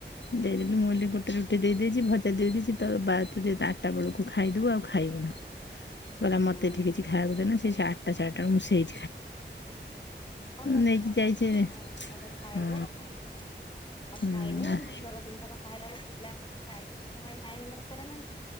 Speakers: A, on the left; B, on the left.
A: ଦେଇଦେଲି ମୁଁ କହିଲି ଗୋଟେ ରୁଟି ଦେଇଚି, ଭଜା ଦେଇଚି ତ ବା ତୁ ଯେ ବାରଟା ବେଳକୁ ଖାଇଦବୁ ଆଉ ଖାଇବୁନୁ। କହିଲା ମତେ
B: ହୁଁ
A: ଠିକ ଅଛି ଖାଇବାକୁ ଦେନା, ସେ ଆଠଟା ସାଢ଼େଆଠଟା ମୁଁ ସେଇ
B: ଭଲ
A: ନେଇକି
B: ସଭେ
A: ଯାଇଛି
B: ଭଲ ନା ଆଉ। ଘରେ ଖାଇବ
A: ହଁ
B: ଫୁଣି
A: ହଁ
B: ଖାଇବ ଦି ଥର ତିନି ଥର ଖାଇଲା ବେଳେ ପିଲାଙ୍କୁ ଡାଇଯେସନ ପାଇଁ ଟାଇମ ଦରକାର ନା ନାହିଁ?